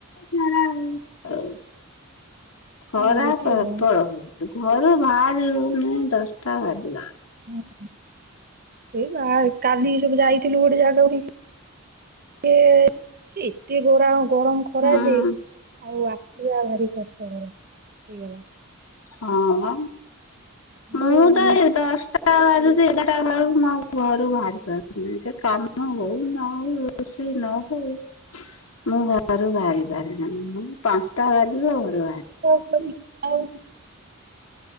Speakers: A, on the left; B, on the right.
A: ନାଁ ନାଁ ଆଉ ଥାଉ ଖରା
B: କଣ ହଉଛି
A: ପ୍ରବଳ
B: ଆଉ।
A: ହଉଚି ଘରୁ ବାହାରିହଉନି ଦଶଟା ବାଜିଲା
B: ଉଁ ହୁଁ ସେଇ ବାହାର କାଲି ସବୁ ଯାଇଥିଲୁ ଗୋଟେ ଜାଗାକୁ ଟିକେ ଟିକେ ସେ ଏତେ ଗରା ଗରମ ଖରା
A: ହୁଁ
B: ଯେ ଆଉ ଆସିବା ଭାରି କଷ୍ଟ କଷ୍ଟକର ହେଇଗଲା।
A: ହଁମ
B: ଯୋଉ
A: ମୁଁ ତ ଆଜି ଦଶଟା ଦଶଟା ବାଜୁଛି ଏଗାଟା ବେଳକୁ ମୁଁ ଆଉ ଘରୁ ବାହାରି ପାରୁନି କାମ ହଉ ନହଉ ଖୁସି ନ ହଉ ମୁଁ ଘରୁ ବାହାରି ପାରୁନି। ମେଡମ ମୁଁ ପାଞ୍ଚଟା ବାଜିବ ଘରୁ ବାହାରିବି।
B: କହିବି, ଆଉ